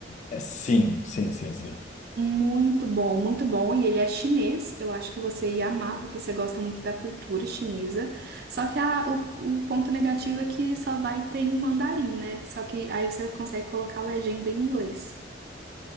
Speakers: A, on the left (about 40°); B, on the right (about 55°).
A: É, sim, sim, sim, sim.
B: Muito bom, muito bom. E ele é chinês. Eu acho que você ia amar, porque você gosta muito da cultura chinesa. Só que a- o, o ponto negativo é que só vai ter em mandarim, né? Só que aí você consegue colocar a legenda em inglês.